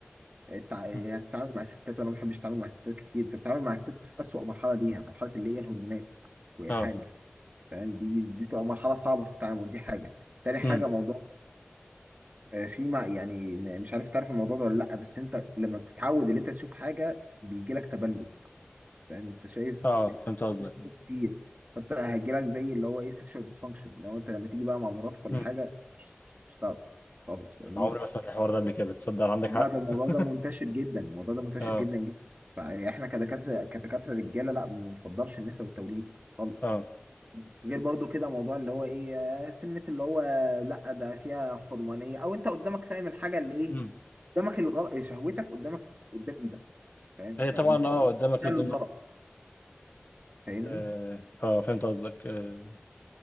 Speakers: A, on the right; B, on the left.
A: التع- يعني
B: مم.
A: هتتعامل مع الستات وانا ما بحبش اتعامل مع الستات كتير انت بتتعامل مع الست في اسوأ مرحله ليها مرحله اللي هي الهرمونات وهي
B: اه
A: حامل فاهم دي دي بتبقى مرحله صعبه في التعامل دي حاجه تاني حاجه
B: امم
A: موضوع آه، في ما يعني م- مش عارف تعرف الموضوع ده ولا لا بس انت لما بتتعود ان انت تشوف حاجه بيجي لك تبلد فاهم انت شايف
B: اه فهمت قصدك
A: تستفاد كتير فانت هيجيلك زي اللي هو ايه سكشوال ديسفانكشن لو انت لما تيجي بقى مع مراتك ولا
B: امم
A: حاجه مش مش هتعرف خالص فاهمني
B: عمري ما سمعت الحوار ده قبل كده بتصدق عندك
A: لا
B: حق
A: ده الموضوع
B: <laughs>
A: ده منتشر جدا الموضوع ده منتشر
B: اه
A: جدا جدا فاحنا كدكاتره كدكاتره رجاله لا ما بنفضلش النساء والتوليد خالص
B: اه
A: غير برضو كده موضوع اللي هو ايه آه، سنة اللي هو لا ده فيها حرمانية او انت قدامك فاهم الحاجة اللي ايه
B: امم
A: قدامك الغلط شهوتك قدامك قدام ايدك فاهم
B: هي
A: فبيسهل
B: طبعا اه قدامك
A: الغلط
B: قدامك
A: فاهمني
B: اه آه، فهمت قصدك آه.